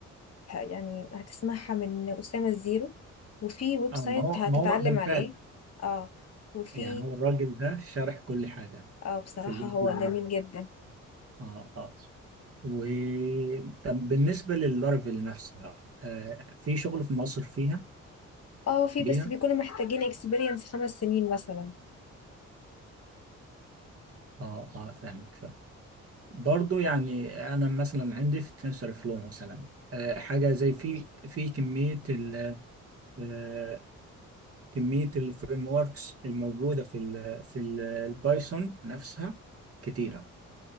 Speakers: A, on the left; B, on the right.
A: يعني هتسمعها من أسامة الزيرو وفي ويب
B: اه
A: سايت
B: ما هو
A: هتتعلم
B: ما هو ده الفعل
A: عليه اه وفي
B: يعني هو الراجل ده شارح كل حاجه
A: اه بصراحة
B: في الويب
A: هو
B: ديفلوبر
A: جميل جدا
B: اه اه و طب بالنسبه لللارفل نفسها آه في شغل في مصر فيها
A: اه في
B: بيها
A: بس بيكونوا محتاجين اكسبيرينس خمس سنين مثلا
B: اه اه فاهمك فاهمك برضو يعني انا مثلا عندي في تنسر فلو مثلا آه، حاجه زي في في كميه ال آه، كميه الفريم وركس الموجوده في ال في ال- البايثون نفسها كتيره